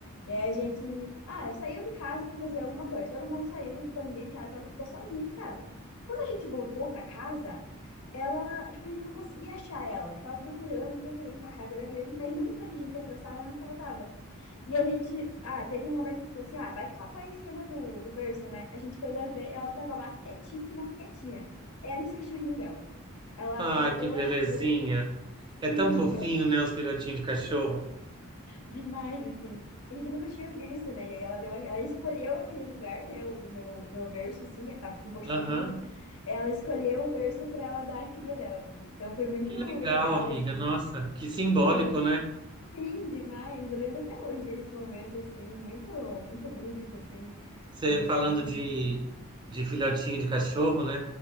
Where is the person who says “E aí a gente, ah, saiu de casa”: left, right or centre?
Left